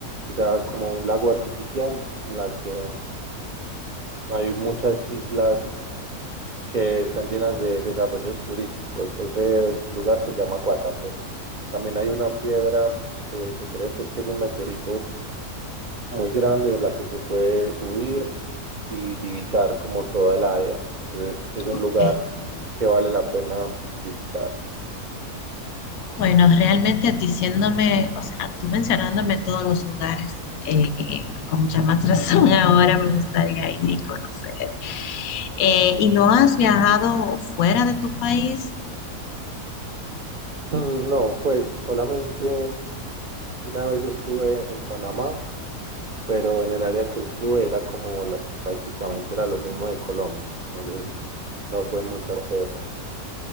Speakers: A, on the right; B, on the left.
A: o sea, como un lago artificial en la que hay muchas islas que están llenas de desarrollos turísticos. Ese lugar se llama Guatapé. También hay una piedra que se cree pues que es un meteorito muy grande en la que se puede subir y divisar como toda el área. Entonces es un
B: Ok.
A: lugar que vale la pena visitar.
B: Bueno, realmente diciéndome, o sea, tú mencionándome todos los lugares, eh, con mucha más razón <laughs> ahora me gustaría ir y conocer. Eh, ¿y no has viajado fuera de tu país?
A: Mm, No, pues solamente una vez estuve en Panamá, pero en el área que estuve era como la- prácticamente era lo mismo de Colombia. Entonces no fue mucha cosa.